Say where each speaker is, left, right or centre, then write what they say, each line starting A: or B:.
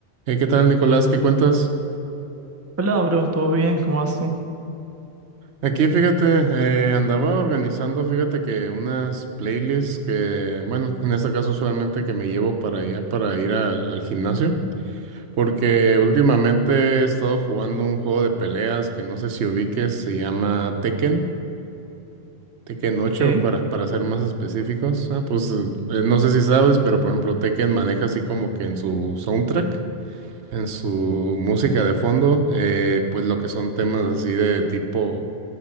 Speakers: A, on the right (about 80°); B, on the right (about 20°).
A: Eh, ¿Qué tal, Nicolás? ¿Qué cuentas?
B: Hola, bro, ¿todo bien? ¿Cómo vas tú?
A: Aquí, fíjate, eh, andaba organizando, fíjate que unas playlists que, bueno, en este caso usualmente que me llevo para allá para ir al, al gimnasio, porque últimamente he estado jugando un juego de peleas que no sé si ubiques, se llama Tekken, Tekken ocho
B: Qué
A: para, para ser más específicos. Ah, pues eh, no sé si sabes, pero por ejemplo Tekken maneja así como que en su soundtrack, en su música de fondo, eh, pues lo que son temas así de tipo